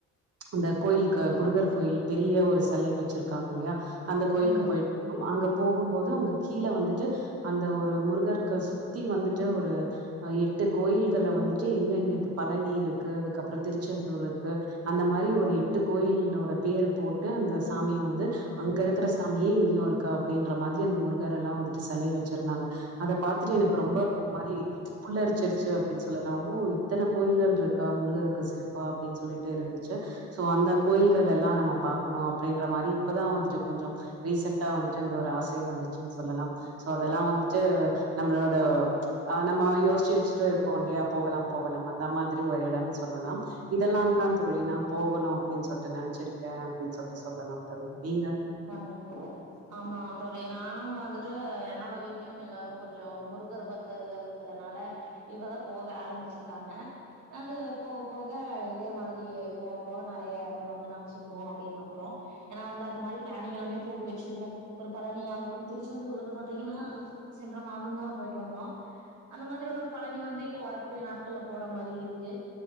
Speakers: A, on the right; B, on the right.
A: இந்த கோயிலுக் முருகர் கோயில் பெரிய ஒரு செலை வச்சிருக்காங்க இல்லையா அந்த கோயிலுக்கு
B: ம்
A: போயிட்டு இருந்தோ அங்க போகும்போது அங்க கீழ வந்துட்டு அந்த ஒரு முருகர்க சுத்தி வந்துட்டு ஒரு அ எட்டு கோயில்கள வந்துட்டு எங்க எங்க பழனி இருக்கு அதுக்கப்றம் திருச்செந்தூர் இருக்கு அந்த மாரி ஒரு எட்டு கோயிலோட பேர் போட்டு அந்த சாமி வந்து அங்க இருக்கிற சாமியே இங்கேயு இருக்கா அப்டின்ற மாரி அந்த முருகர் எல்லா வந்துட்டு செலை வச் வச்சிருந்தாங்க அத பாத்துட்டு எனக்கு ரொம்ப ஒரு மாரி புள்ளரிச்சிருச்சி அப்டின்னு சொல்லலா ஓ இத்தன கோயில்கள் இருக்கா முருகருக்கு சிறப்பா அப்டின்னு சொல்லிட்டு இருந்துச்சி சோ அந்த கோயில்கள் எல்லா நம்ம பார்க்கனு அப்டின்னு மாரி இப்பதா வந்துட் கொஞ்சோ ரீசன்ட்டா வந்துட் அந்த ஒரு ஆசை வந்துச்சுனு சொல்லலா சோ அதெல்லா வந்துட்டு நம்மளோட நம்ம யோசிச்சி வச்சுட்ட இருப்போ இல்லியா போகலா போகலா அந்த மாதிரி ஒரு எடம்னு சொல்லலா இதெல்லா தா தோழி நா போகணு அப்டின்னு சொல்லிட்டு நினைச்சிருக்கே அப்டின்னு சொல்லிட்டு சொல்லலா தோழி நீங்க
B: கண்டிப்பா ஆமா தோழி நானு வந்துட்டு என்னோட வீட்லயு எல்லாரு கொஞ்சோ முருகர் பத்தர்கள்கனால இப்பதா போக ஆரம்பிச்சிருக்காங்க அது போக போக இதே மாதிரி போக போக நெறய எடங்கள் வந்து நாங்க சுத்துவோ அப்டின்னு நம்புறோ ஏனா வந்து அந்த மாரி அனிங்கலாமே போட்டு வச்சிருக்கோ ஒரு பழனி ஆகட்டும் திருச்செந்தூர் வந்து பாத்தீங்கன்னா சென்ற மாதம்தா போயிட்டு வந்தோ அந்த மாரி ஒரு பழனி வந்து இப்போ வரக்கூடிய நாட்கள்ல போற மாரி இருக்கு